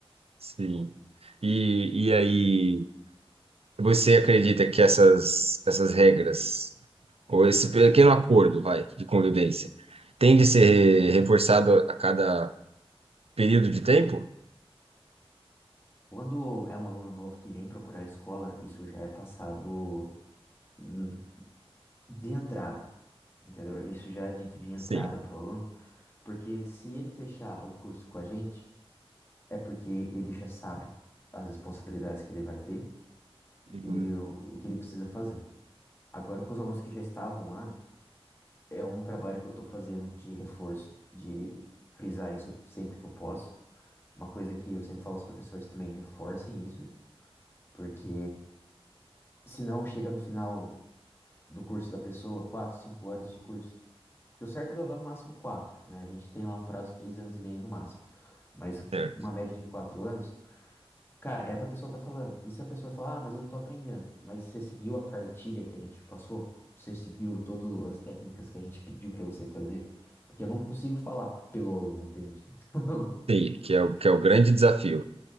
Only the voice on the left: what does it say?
Quando é um aluno novo que vem procurar a escola, isso já é passado hum, de entrada, entendeu? Isso já é dito de entrada
para o aluno, porque se ele fechar o curso com a gente, é porque ele já sabe as responsabilidades que ele vai ter
e o o que ele precisa fazer. Agora, com os alunos que já estavam lá, é um trabalho que eu estou fazendo de reforço, de frisar isso sempre que eu posso. Uma coisa que eu sempre falo aos professores também, reforcem isso, porque senão chega no final. do curso da pessoa, quatro, cinco anos de curso. Porque o certo é levar no máximo quatro, né? A gente tem lá um prazo de três anos e meio no máximo, mas
uma média de quatro anos, cara, é pra pessoa estar tá falando. E se a pessoa falar, ah, mas eu não tô aprendendo, mas você seguiu a cartilha que a gente passou? Você seguiu todas as técnicas que a gente pediu pra você fazer? Porque eu não consigo falar pelo aluno, entende? <laughs>